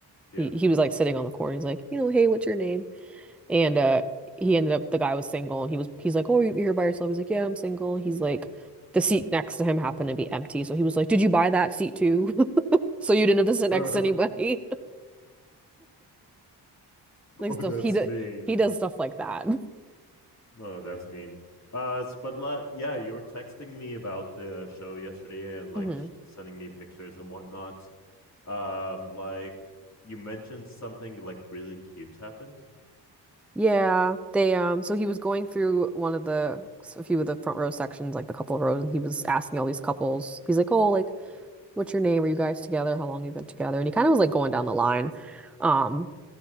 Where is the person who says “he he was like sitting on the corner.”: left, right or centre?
Centre